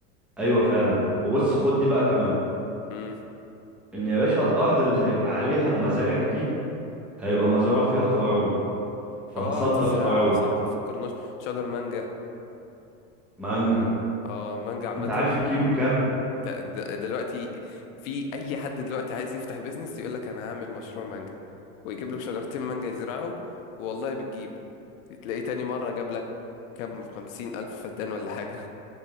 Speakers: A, in the centre; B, on the left (about 75°).
A: ايوه فعلا وبص خد دي بقى كمان
B: مم.
A: ان يا باشا الارض اللي هيبقى عليها المزارع دي هيبقى مزارع فيها فراولة فهصدر
B: اه تزرعها
A: فراولة
B: صح ما فكرناش شجر مانجا
A: مانجا
B: اه مانجا عامة
A: انت عارف الكيلو بكام
B: انت د- دلوقتي في أي حد دلوقتي عايز يفتح بيزنس يقول لك أنا هعمل مشروع مانجا ويجيب لك شجرتين مانجا يزرعهم والله بتجيب تلاقيه تاني مرة جاب لك كام خمسين ألف فدان ولا حاجة